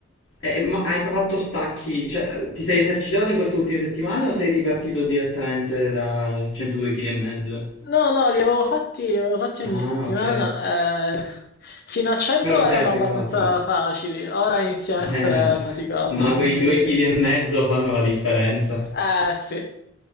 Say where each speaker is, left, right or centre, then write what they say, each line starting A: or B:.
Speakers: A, on the left; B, on the left.
A: E- ma hai fatto stacchi, cioè ti sei esercitato in queste ultime settimane o sei ripartito direttamente da 102 kg e mezzo?
B: No, no, li avevo fatti, li avevo fatti
A: Ah,
B: ogni settimana.
A: ok,
B: eh, fino a 100
A: però sei
B: erano
A: arrivato.
B: abbastanza facili, ora inizia
A: Eh,
B: a essere faticoso,
A: ma
B: quindi...
A: quei 2 kg e mezzo fanno la differenza.
B: Eh, sì.